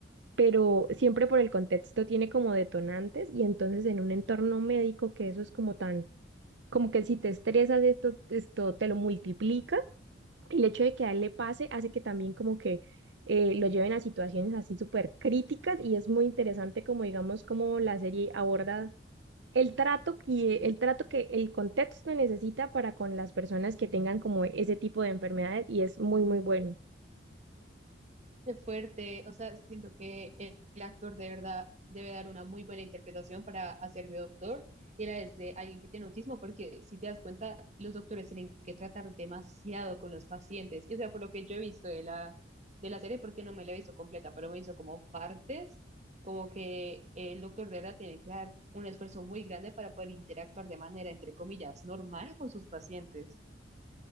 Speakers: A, on the right (about 70°); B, on the right (about 40°).
A: pero siempre por el contexto tiene como detonantes y entonces en un entorno médico que eso es como tan, como que si te estresas esto, esto te lo multiplica y el hecho de que a él le pase hace que también como que eh, lo lleven a situaciones así súper críticas y es muy interesante como digamos como la serie aborda el trato que, el trato que el contexto necesita para con las personas que tengan como ese tipo de enfermedades y es muy, muy bueno.
B: Qué fuerte, o sea, siento que el, el actor de verdad debe dar una muy buena interpretación para hacer de doctor y a la vez de alguien que tiene autismo, porque si te das cuenta, los doctores tienen que tratar demasiado con los pacientes. Y o sea, por lo que yo he visto de la, de la serie, porque no me la he visto completa, pero me hizo como partes, como que el doctor de verdad tiene que dar un esfuerzo muy grande para poder interactuar de manera, entre comillas, normal con sus pacientes.